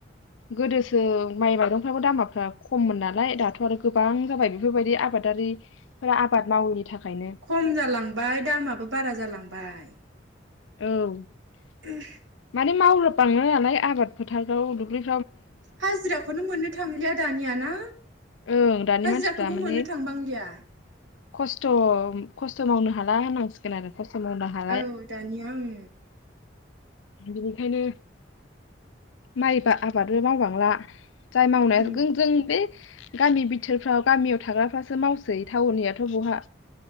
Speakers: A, on the left (about 85°); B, on the right (about 85°).
A: गोदोसो माइ माइरंफ्राबो दामफ्रा खममोन नालाय दाथ' आरो गोबां जाबाय, बेफोरबायदि आबादारिफोरा आबाद मावैनि थाखायनो।
B: खम जालांबाय दामाबो बारा जालांबाय।
A: औ
B: <unintelligible>
A: माने मावनो बालाङो नालाय आबाद फोथाराव दुब्लि
B: हाजिराखौनो मोननो थांलिया दानिया ना?
A: ओं दानि
B: हाजिराखौबो
A: मानसिफ्रा माने
B: मोननो थांबांलिया।
A: खस्थ' खस्थ' मावनो हाला होननांसिगोन आरो। खस्थ' मावनो हाला
B: औ दानिया उम
A: बिनिखायनो माइबा आबादबो मावबांला। जाय मावनाय
B: उम
A: जों जों बे गामि बिथोरफ्राव गामियाव थाग्राफ्रासो मावसै टाउननियाथ' बहा।